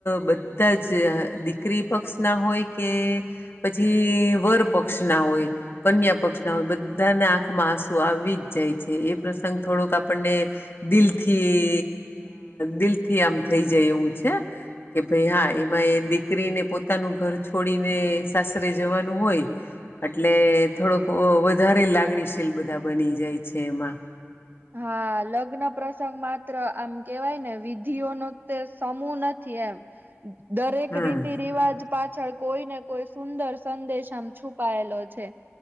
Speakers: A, on the left; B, on the right.
A: બધા જ <inaudible> પક્ષ ના હોય કે પછી વર પક્ષ ના હોય કન્યા પક્ષ ના હોય બધાને આંખમાં આંસુ આવી જ જાય છે એ પ્રસંગ થોડોક આપણને દિલથી દિલ થી આમ થઈ જાય એવું છે કે ભાઈ હા એમાં દી દીકરીને પોતાનું ઘર છોડીને સાસરે જવાનું હોય એટલે થોડોક વધારે લાગણીશીલ બધા બની જાય છે એમાં
B: હા લગ્ન પ્રસંગમાં આમ કેવાય ને વિધિઓ નો તે સમૂહ નથી એમ દરેક
A: હમ
B: રીતિ રિવાજ પાછળ કોઈ ને કોઈ સુંદર સંદેશ આમ છુપાયેલો છે.